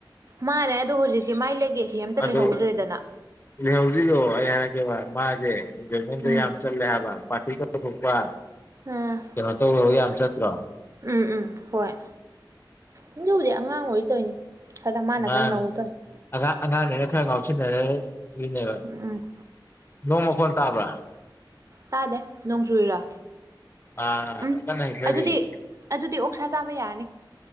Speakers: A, on the right (about 40°); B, on the left (about 30°).
A: ꯃꯥꯅꯦ ꯑꯗꯣ ꯍꯧꯖꯤꯛꯇꯤ ꯃꯥꯏ ꯂꯦꯒꯦꯁꯤ ꯑꯝꯇ
B: ꯑꯗꯣ
A: ꯂꯩꯍꯧꯗ꯭ꯔꯦꯗꯅ
B: ꯂꯩꯍꯧꯗ꯭ꯔꯤꯗꯣ ꯑꯩ ꯍꯥꯏꯔꯛꯀꯦꯕ ꯃꯥꯁꯦ ꯑꯦꯟꯖꯣꯏꯃꯦꯟꯗꯣ
A: ꯎꯝ
B: ꯌꯥꯝ ꯆꯠꯂꯦ ꯍꯥꯏꯕ ꯄꯥꯇꯤꯒ ꯇꯧꯊꯣꯛꯄ
A: ꯎꯝ
B: ꯀꯩꯅꯣ ꯇꯧꯕ ꯌꯥꯝ ꯆꯠꯇ꯭ꯔꯣ
A: ꯎꯝ ꯎꯝ ꯍꯣꯏ ꯑꯗꯨꯕꯨꯗꯤ ꯑꯉꯥꯡ ꯑꯣꯏ ꯇꯧꯏꯅꯤ ꯈꯔ ꯃꯥꯅ
B: ꯃꯥꯟꯅꯤ
A: ꯈꯔ ꯅꯧꯗꯣꯏꯅꯤ
B: ꯑꯉꯥꯡ ꯑꯉꯥꯡꯅꯤꯅ ꯈꯔ ꯉꯥꯎ <unintelligible>
A: ꯎꯝ ꯎꯝ
B: ꯅꯣꯡ ꯃꯈꯣꯟ ꯇꯥꯕꯔ
A: ꯇꯥꯗꯦ ꯅꯣꯡ ꯆꯨꯏꯔꯥ
B: ꯑꯥ
A: ꯎꯝ
B: ꯀꯟꯅ ꯍꯩꯊꯔꯤ
A: ꯑꯗꯨꯗꯤ ꯑꯗꯨꯗꯤ ꯑꯣꯛꯁꯥ ꯆꯥꯕ ꯌꯥꯔꯅꯤ